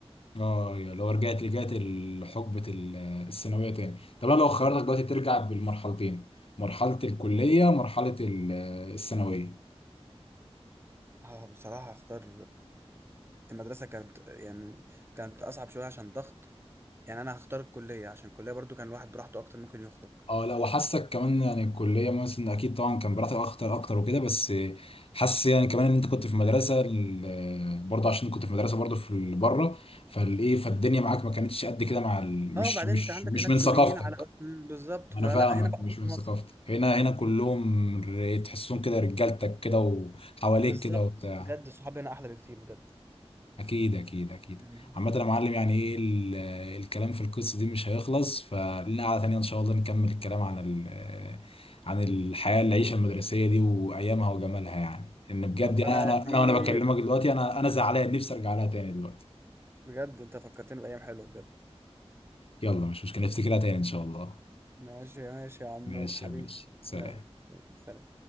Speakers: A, on the left; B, on the right.
A: اه يا لو رجعت رجعت لحقبة ال- الثانوية تاني طب انا لو خيرتك
B: مم.
A: دلوقتي ترجع بالمرحلتين مرحلة
B: مم.
A: الكلية مرحلة ال- الثانوية
B: اه بصراحه هختار المدرسه كانت يعني كانت اصعب شويه عشان ضغط يعني انا هختار الكليه عشان الكليه برضو كان الواحد براحته اكتر ممكن يخرج
A: اه لا وحاسك كمان يعني الكلية مثلا اكيد طبعا كان براحتك اكتر اكتر وكده بس حاسس يعني كمان ان انت كنت في مدرسة ال- برضه عشان كنت في مدرسة برضه في بره فالايه فالدنيا معاك ما كانتش قد كده مع ال...
B: اه
A: مش
B: بعدين
A: مش
B: انت عندك
A: مش
B: هناك
A: من
B: سوريين
A: ثقافتك
B: على مم، بالظبط
A: انا
B: فلا
A: فاهمك
B: هنا بقى
A: مش
B: كله
A: من ثقافتك
B: مصري
A: هنا هنا كلهم
B: مم.
A: ر- تحسهم كده رجالتك كده وحواليك
B: بالظبط
A: كده وبتاع
B: بجد الصحاب هنا احلى بكتير بجد
A: اكيد اكيد اكيد
B: مم.
A: عامة يا معلم يعني ايه ال- الكلام في القصة دي مش هيخلص فلنا قعدة تانية ان شاء الله نكمل الكلام عن ال عن الحياة العيشة المدرسية دي وايامها وجمالها يعني ان بجد
B: خلصانه
A: يعني
B: يا
A: انا
B: كبير
A: انا وانا بكلمك دلوقتي انا انا زعلان نفسي ارجع لها تاني دلوقتي
B: بجد انت فكرتني بايام حلوه بجد
A: يلا مش مشكلة نفتكرها تاني ان
B: مم.
A: شاء الله
B: ماشي ماشي يا عمور
A: ماشي
B: حبيبي
A: يا باشا سلام
B: يلا يلا، سلام